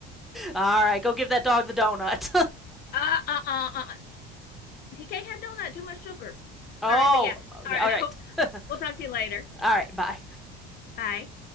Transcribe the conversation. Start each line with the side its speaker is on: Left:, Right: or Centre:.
Centre: All right, go give that dog the donut.
Left: uh uh uh, uh. he can't have donut too much sugar
Centre: <laughs> oh,
Left: all right but yeah
Centre: okay.
Left: all right
Centre: All right.
Left: <laughs>
Centre: <laughs> all
Left: we'll talk to you later
Centre: right, bye.
Left: bye